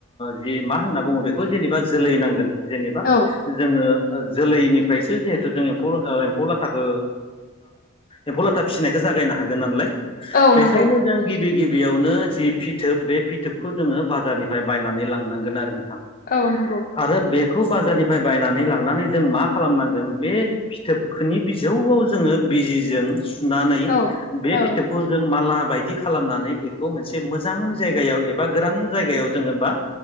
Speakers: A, on the left; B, on the left.
A: जि मा होनना बुङो बे खौ जेनेबा जोलै नांगोन जेनेबा
B: औ
A: जोङो जोलैनि फ्रायसो जिहेथु जों एम्फौ ओ एम्फौ लाथाखौ एम्फौ लाथा फिसिनायखौ जागायनो हाग गोन नालाय
B: औ
A: बेखायनो
B: नंगौ
A: जों गिबि गिबियावनो जि फिथोब बे फिथोबखौ जोङो बाजारनिफ्राय बायनानै लांनांगोन आरो नोंथां
B: औ नंगौ
A: आरो बे खौ बाजारनिफ्राय बायनानै लांनानै जों मा खालामनांगोन बे फिथोबखोनि बिजौआव जोङो बिजिजों सुनानै
B: औ
A: बे
B: औ
A: फिथोबखौ जों माला बायदि खालामनानै बेखौ मोनसे मोजां जायगायाव एबा गोरान जायगायाव जोङो बा